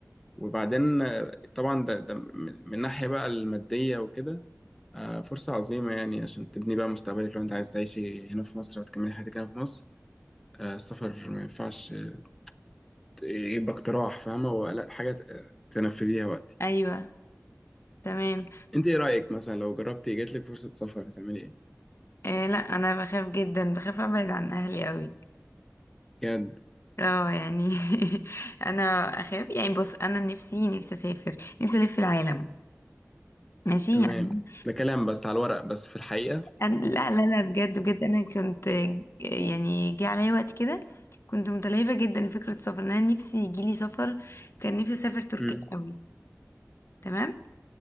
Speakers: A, in the centre; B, on the left.
A: وبعدين آه، طبعا ده, ده من من ناحية بقى المادية وكده آه، فرصة عظيمة يعني عشان تبني بقى مستقبلك لو أنت عايز تعيشي هنا في مصر وتكملي حياتك هنا في مصر آه، السفر ما ينفعش آه، يبقى اقتراح فاهمة هو لا حاجة ت- آه، تنفذيها وقتي
B: ايوه تمام
A: أنت إيه رأيك مثلا لو جربتي جاتلك فرصة سفر هتعملي إيه؟
B: آه لا انا بخاف جدا بخاف ابعد عن اهلي قوي
A: بجد
B: اه يعني <laughs> انا اخاف يعني بص انا نفسي نفسي اسافر نفسي الف العالم ماشي
A: تمام
B: يعني
A: ده كلام بس على الورق بس في الحقيقة
B: أنا لا لا لا بجد بجد انا كنت آه، يعني جه عليا وقت كده كنت متلهفه جدا لفكره السفر ان انا نفسي يجيلي سفر كان نفسي اسافر تركيا
A: مم.
B: قوي تمام